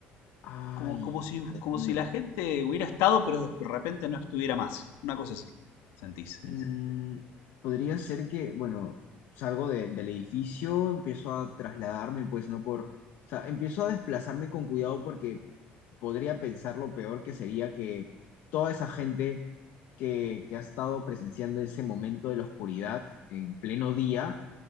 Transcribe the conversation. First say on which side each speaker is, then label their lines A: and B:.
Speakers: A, on the left; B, on the left.
A: Ay,
B: como, como si,
A: Dios
B: como
A: mío.
B: si la gente hubiera estado, pero de repente no estuviera más. Una cosa así, sentís.
A: Mm, podría ser que, bueno, salgo de- del edificio, empiezo a trasladarme, pues no por... O sea, empiezo a desplazarme con cuidado porque podría pensar lo peor que sería que toda esa gente que, que ha estado presenciando ese momento de la oscuridad en pleno día